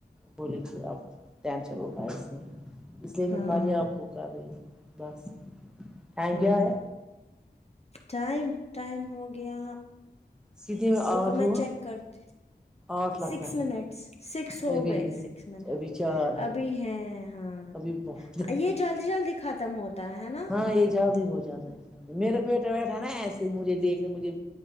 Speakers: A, in the centre; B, on the left (about 35°).
A: بولیں اب ٹینشن اٹھائے اس نے اس لیے میں
B: ہاں
A: خالی آب کو کررہی ہے بس ٹائم
B: ہاں
A: کیا آیا
B: ٹائم ٹائم ہو گیا
A: سیدھے آٹھ
B: روکو میں
A: ہوا
B: چیک کرتی
A: آٹھ لگنا
B: سکس منٹ سکس
A: ہے
B: ہو
A: ابھی
B: گئے
A: ہے
B: سکس منٹ
A: ابھی چار ہے
B: ابھی ہیں ہاں
A: ابھی بہت
B: یہ جلدی جلدی ختم ہوتا ہے ہے نا
A: ہاں زیادہ ہی بہت زیادہ ہے میرا بیٹا بیٹھا ہے نا ایسے ہی مجھے دیکھنے مجھے